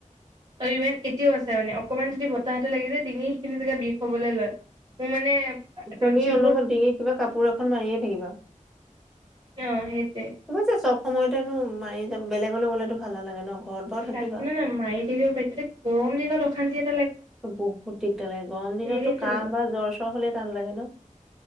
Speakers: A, on the right; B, in the centre.
A: ইভেন এতিয়াও আছে মানে অকমান যদি বতাহ এটা লাগি, যায় ডিঙি সেইখিনি জেগা বিষ হবলৈ লয় মোৰ মানে।
B: তুমি
A: টনচিল
B: অনুবত
A: বহুত
B: ডিঙিত কিবা কাপোৰ এখন মাৰিয়ে থাকিবা।
A: অ সেইটো
B: আবছ সময়তেনো মাৰি য বেলেগলৈ গ'লেতো ভাল নালাগে ন। ঘৰত বাৰু থাকিবা
A: তাক ন না মাৰি দিলোঁ তাৰপিছতো পাৰি তেয়া গৰম দিনত কালি
B: বহুত দিীগদালাগে গৰম
A: সেইটো
B: দিনততো কাহ বা জ্বৰ চ্বৰ হলে টান লাগে ন